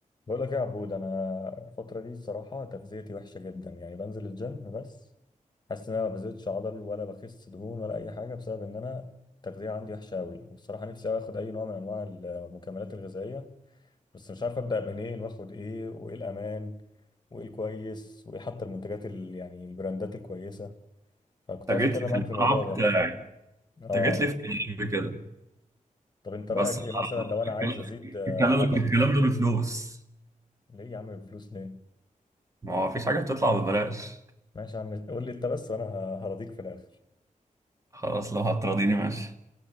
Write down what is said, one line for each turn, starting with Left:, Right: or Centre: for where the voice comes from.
Left: بقول لك ايه يا عبود انا الفتره دي الصراحه تغذيتي وحشه جدا يعني بنزل الجيم بس حاسس ان انا ما بزيدش عضل ولا بخس دهون ولا اي حاجه بسبب ان انا التغذيه عندي وحشه قوي والصراحه نفسي أوي اخد اي نوع من انواع المكملات الغذائيه بس مش عارف ابدا منين واخد ايه وايه الامان وايه الكويس وايه حتى المنتجات ال... يعني البراندات الكويسه فكنت
Right: انت
Left: عايز
Right: جيت
Left: اتكلم
Right: لي في
Left: معاك
Right: القاع
Left: في الموضوع
Right: بتاعي
Left: ده
Right: انت
Left: اه
Right: جيت لي في القلب كده
Left: طب انت
Right: بس
Left: رايك
Right: أنا-
Left: ايه مثلا لو انا
Right: الكلام
Left: عايز ازيد آه،
Right: الكلام
Left: عضل
Right: الكلام ده بفلوس
Left: ليه يا عم الفلوس ليه
Right: ما هو مفيش حاجه بتطلع ببلاش
Left: ماشي يا عم قول لي انت بس وانا ه- هرضيك في الاخر
Right: خلاص لو هتراضيني ماشي